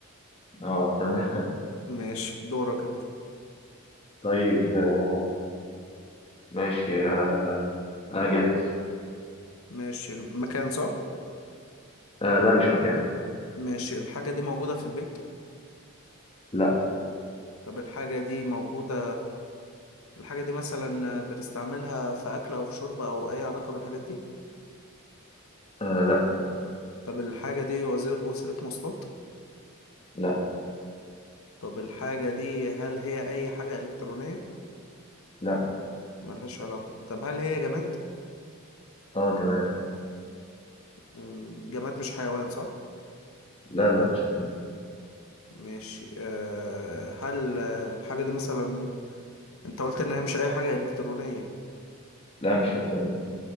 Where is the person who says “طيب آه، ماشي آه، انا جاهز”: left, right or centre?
Left